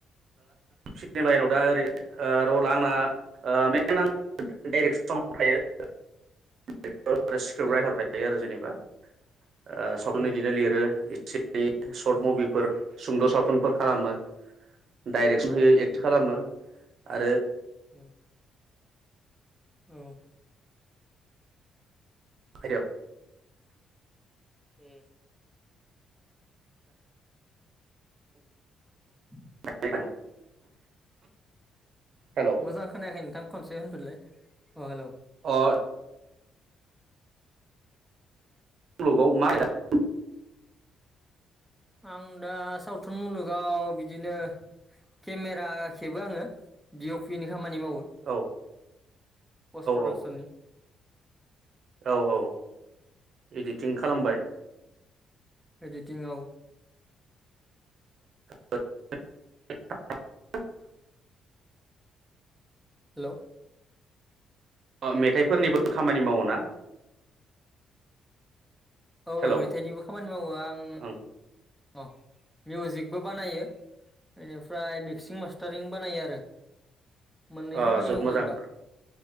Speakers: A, on the right; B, in the centre.
A: <unintelligible> लायेनाव दा ओरै ओ रला आंना ओ मेन आं डाइरेक्सन थायो स्क्रिप्ट
B: औ
A: राइटार थायो आरो जेनेबा ओ सावथुन
B: औ
A: इदिनो लिरो बे सर्ट
B: उम
A: मुभिफोर सुंद सावथुनफोर खालामो डाइरेक्सन
B: औ
A: होयो एक्टिं खालामो आरो
B: औ औ
A: <unintelligible>
B: ए <inaudible>
A: <unintelligible> हेलौ
B: मोजां खोनायाखै नोंथां खनसे होनफिनलाय अ हेलौ
A: अ
B: <inaudible>
A: औ औ <unintelligible>
B: आं दा सावथुन मुलुगाव बिदिनो केमेरा खेबो आङो दि इउ पि नि खाम खामानि मावो
A: औ
B: पस्ट प्रदाक्सननि
A: औ औ औ इडिटिं खालामबाय
B: एडिटिं औ
A: <unintelligible>
B: हेलौ
A: अ मेथाइफोरनिबो खामानि मावो ना
B: औ
A: हेलौ
B: मेथाइनिबो खामानि मावो आं
A: ओं
B: अ मिउजिक बो बानायो इनिफ्राय फ्राय मिक्सिं मास्टारिं बानायो आरो। मोननै
A: अ
B: खामानि
A: जोबोद
B: मावो
A: मोजां।
B: आं दा